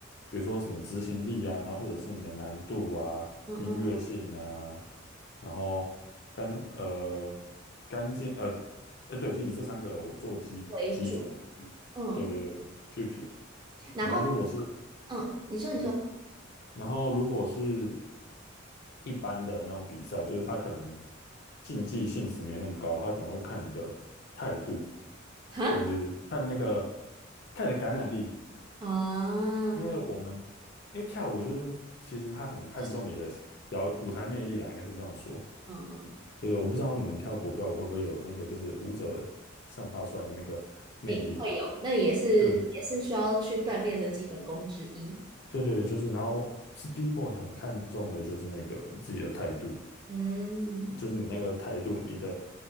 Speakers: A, on the left; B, on the right.
A: 比如说什么执行力啊，然后或者是你的难度啊、
B: 嗯嗯
A: 音乐性啊，然后干呃干净呃哎对，就以这三个做基基准嘛，
B: 为主，
A: 去对对对去去评。
B: 嗯，然后
A: 然后如果是
B: 嗯，你说你说，
A: 哎对，然后如果是一般的那种比赛，就是他可能竞技性质没那么高，他可能会看你的态度，
B: 哈
A: 就是看那个看你的感染力，
B: 啊，
A: 因为我们
B: <laughs>
A: 因为跳舞就是其实他很看重你的表舞台魅力啦，
B: 就是
A: 应该是这样说。
B: 嗯嗯，
A: 对，我不知道你们跳国标舞会不会有那个就是舞者散发出来的那个魅力。
B: 诶，会有，那也是也是需要去锻炼的基本功之一。
A: 对对对，就是，然后是第一 o 很看重的就是那个自己的态度。
B: 嗯
A: 就是你那个态度，你的